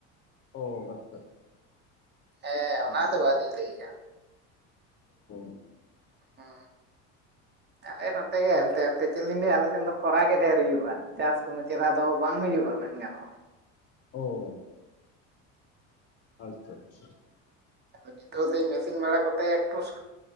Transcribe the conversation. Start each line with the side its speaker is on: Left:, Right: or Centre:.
Left: ᱚ ᱟᱪᱪᱷᱟ
Right: ᱦᱮᱸ
Left: ᱦᱩᱸ
Right: ᱚᱱᱟ ᱫᱚ ᱵᱟᱹᱞᱤᱧ ᱞᱟᱹᱭᱮᱜᱼᱟ
Left: <inaudible>
Right: ᱦᱩᱸ ᱟᱞᱮ ᱱᱚᱛᱮ ᱜᱮ ᱮᱱᱛᱮ ᱪᱮᱫ ᱞᱤᱧ ᱞᱟᱹᱭᱟ ᱟᱞᱮ ᱠᱷᱟᱱ ᱫᱚ ᱠᱷᱚᱨᱟ ᱜᱮ ᱰᱷᱮᱨ ᱦᱩᱭᱩᱜᱼᱟ ᱪᱟᱥ ᱠᱳᱱᱳ ᱪᱮᱦᱨᱟ ᱫᱚ ᱵᱟᱝ ᱦᱩᱭᱩᱜᱼᱟ ᱜᱟᱱᱚᱜᱼᱟ
Left: ᱚᱳ ᱟᱪᱪᱷᱟ ᱟᱪᱪᱷᱟ
Right: ᱟᱫᱚ ᱱᱤᱛᱚᱜ ᱥᱮᱭ ᱢᱮᱥᱤᱱ ᱵᱟᱲᱟ ᱠᱚᱛᱮ ᱮᱠᱴᱩ